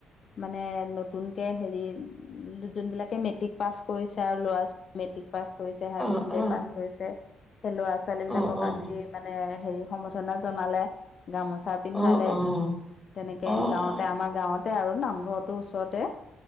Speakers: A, on the left; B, in the centre.
A: মানে নতুনকে হেৰি যোনবিলাকে মেট্ৰিক পাছ কৰিছে আৰু ল'ৰা ছোৱা মেট্ৰিক পাছ কৰিছে হায়াৰ
B: অ',
A: ছেকেণ্ডেৰী
B: অ',
A: পাছ কৰিছে সেই ল'ৰা ছোৱালীবিলাকক
B: অ', অ',
A: আজি। মানে হেৰি সম্বৰ্ধনা জনালে গামোচা। চা পিন্ধালে
B: অ', অ'।
A: তেনেকে
B: অ', অ', অ',
A: গাঁৱতে আমাৰ গাঁৱত। তাতে আৰু নামঘৰটো ওচৰতে